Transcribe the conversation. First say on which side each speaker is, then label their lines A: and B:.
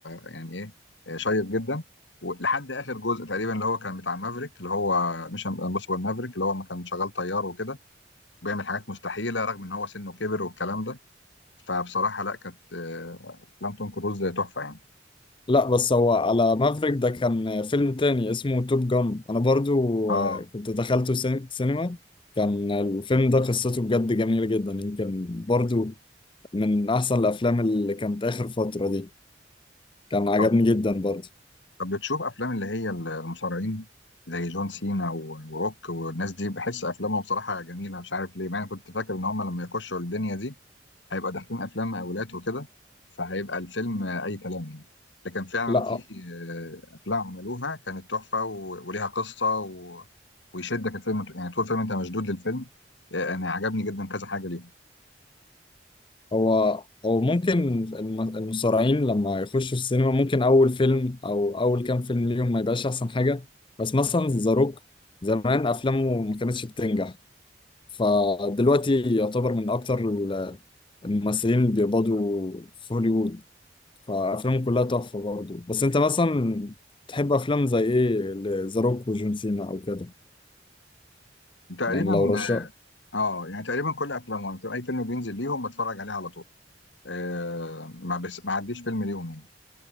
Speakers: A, on the left; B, on the left.
A: يعني إيه شيق جدا ولحد آخر جزء تقريبا اللي هو كان بتاع مافريك اللي هو مش امبوسيبل مافريك اللي هو ما كان شغال طيار وكده بيعمل حاجات مستحيلة رغم إن هو سنه كبر والكلام ده فبصراحة لا كانت آه، أفلام توم كروز تحفة يعني
B: لا بس هو على مافريك ده كان فيلم تاني اسمه توب جان انا برضو
A: آه
B: آه، كنت دخلته سين- سينما كان الفيلم ده قصته بجد جميله جدا يمكن برضو من احسن الافلام اللي كانت اخر فتره دي كان عجبني
A: طب
B: جدا برضو
A: طب بتشوف افلام اللي هي المصارعين زي جون سينا و- وروك والناس دي بحس افلامهم بصراحه جميله مش عارف ليه مع إني كنت فاكر ان هم لما يخشوا الدنيا دي هيبقى داخلين افلام مقاولات وكده فهيبقى الفيلم اي كلام يعني لكن فعلا
B: لا
A: في آه، افلام عملوها كانت تحفه و- وليها قصه و... ويشدك الفيلم ط- يعني طول الفيلم انت مشدود للفيلم آه، انا عجبني جدا كذا حاجه ليهم
B: هو هو ممكن الم- المصارعين لما يخشوا السينما ممكن أول فيلم أو أول كام فيلم ليهم ما يبقاش أحسن حاجة بس مثلا ذا روك زمان أفلامه ما كانتش بتنجح فدلوقتي يعتبر من أكتر ال- الممثلين اللي بيقبضوا في هوليوود فأفلامه كلها تحفة برضه بس أنت مثلا تحب أفلام زي إيه ذا روك وجون سينا أو كده
A: تقريبا
B: يعني لو رشا
A: اه يعني تقريبا كل افلامهم اي فيلم بينزل ليهم بتفرج عليه على طول آه ما بس ما عديش فيلم ليهم يعني